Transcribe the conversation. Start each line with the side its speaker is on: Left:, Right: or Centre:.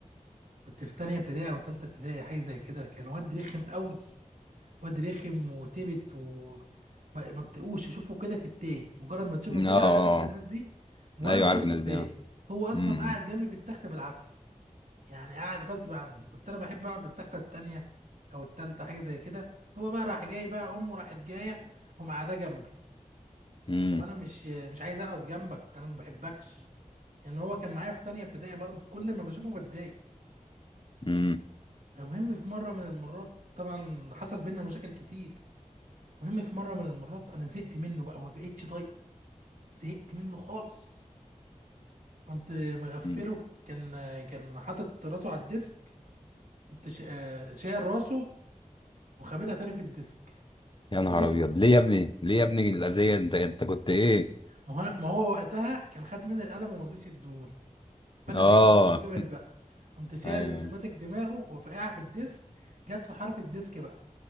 Right: كنت في تانية ابتدائي أو تالتة ابتدائي حاجة زي كده كان واد رخم قوي واد رخم وتبت و ما ما تطيقوش تشوفه كده تتضايق مجرد ما تشوفه كده
Left: اه اه
Right: عارف انت الناس دي مجرد
Left: آه. ايوه
Right: ما تشوفه
Left: عارف الناس
Right: تتضايق
Left: دي اه
Right: هو اصلا
Left: امم
Right: قاعد جنبي في التخته بالعافيه يعني قاعد غصب عني كنت انا بحب اقعد في التخته التانيه او التالته حاجه زي كده هو بقى راح جاي بقى امه راحت جايه ومعاه جنبي
Left: امم
Right: طب انا مش مش عايز اقعد جنبك انا ما بحبكش لان يعني هو كان معايا في تانيه ابتدائي برضه كل ما بشوفه بتضايق
Left: امم
Right: المهم في مره من المرات طبعا حصل بينا مشاكل كتير المهم في مره من المرات انا زهقت منه بقى ما بقتش طايقه زهقت منه خالص قمت مغفله
Left: أمم.
Right: كان كان حاطط راسه على الديسك قمت شا- شايل راسه وخابتها تاني في الديسك
Left: يا نهار
Right: راسه اتف-
Left: ابيض ليه يا ابني ليه يا ابني الاذيه انت انت كنت ايه
Right: ما هو أنا- ما هو وقتها كان خد مني القلم وما رضيش يديهولي فانا
Left: اه
Right: اتضايقت منه جامد بقى قمت شايل
Left: <laughs> ايوه
Right: ماسك دماغه وفقع في الديسك جت في حرف الديسك بقى